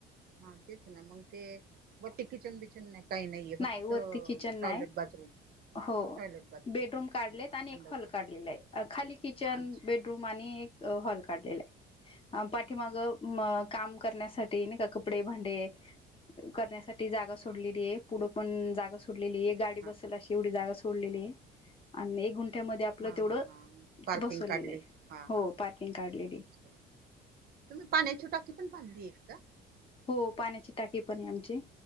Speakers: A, on the right; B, on the left.
A: हा तेच ना मग ते वटी किचन बिचन नाही काही नाहीये
B: नाही
A: फक्त
B: वरती
A: टॉयलेट
B: किचन नाही
A: बाथरूम?
B: हो
A: टॉयलेट बाथरूम
B: बेडरूम काढलेत
A: हो
B: आणि
A: संडास
B: एक हॉल
A: बाथ
B: काढलेला आहे खाली किचन
A: अच्छा
B: बेडरूम आणि एक हॉल काढलेला आहे. अ पाठीमाग अ काम करण्यासाठी नाही का कपडे, भांडे करण्यासाठी जागा सोडलेली
A: हां
B: आहे पुढं
A: ठीक
B: पण जागा सोडलेली आहे गाडी बसल
A: हां
B: अशी एवढी जागा सोडलेली आहे सोडलेली आणि एक गुण ठ्या आपलं
A: हा
B: तेवढ
A: हा हा पार्किंग
B: बसवलेलं
A: काढले
B: आहे,
A: हा
B: हो
A: हा
B: पार्किंग काढलेली
A: अच्छा
B: आहे.
A: तुम्ही पाण्या ची टाकीे पण बांधलीये का?
B: हो पाण्याची टाकी पण आहे आमची,